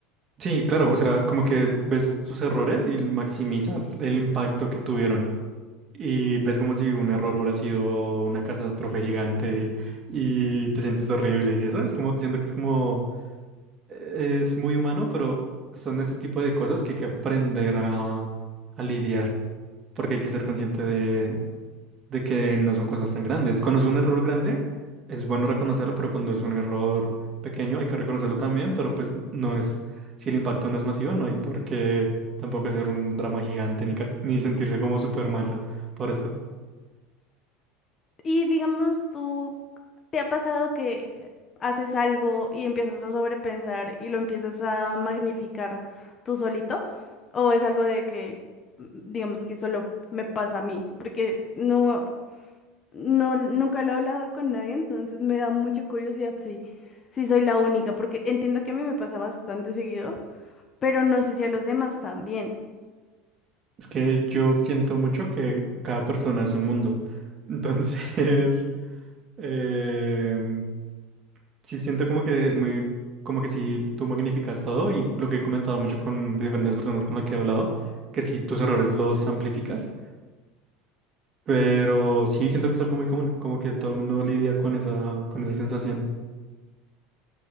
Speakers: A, on the right; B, on the left.
A: Sí, claro, o sea, como que ves tus errores y maximizas el impacto que tuvieron. Y ves como si un error hubiera sido una catástrofe gigante y te sientes horrible y eso. Es como, siento que es como, eh, es muy humano, pero son ese tipo de cosas que hay que aprender a, a lidiar. porque hay que ser consciente de, de que no son cosas tan grandes. Cuando es un error grande, es bueno reconocerlo, pero cuando es un error pequeño, hay que reconocerlo también, pero pues no es, si el impacto no es masivo, no hay por qué tampoco hacer un drama gigante ni, ca- ni sentirse como súper malo por eso.
B: Y digamos, tú te ha pasado que haces algo y empiezas a sobrepensar y lo empiezas a magnificar tú solito, o es algo de que, mm, digamos, que solo me pasa a mí, porque no, no, nunca lo he hablado con nadie, entonces me da mucha curiosidad si, si soy la única, porque entiendo que a mí me pasa bastante seguido. pero no sé si a los demás también.
A: Es que yo siento mucho que cada persona es un mundo. Entonces, <laughs> Eh, sí siento como que es muy, como que sí tú magnificas todo y lo que he comentado mucho con diferentes personas con las que he hablado, que sí tus errores los amplificas, pero sí siento que es algo muy común, como que todo el mundo lidia con esa, con esa sensación.